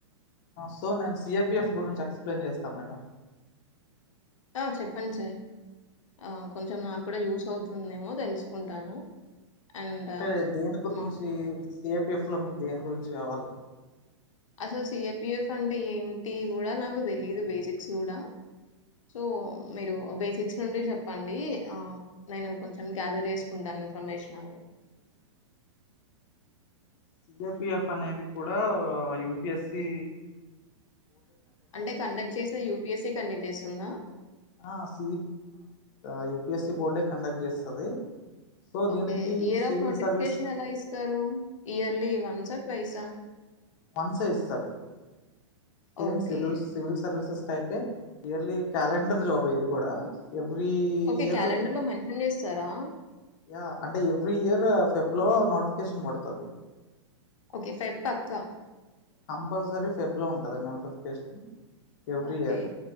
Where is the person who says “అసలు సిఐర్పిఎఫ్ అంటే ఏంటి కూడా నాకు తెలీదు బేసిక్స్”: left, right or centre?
Left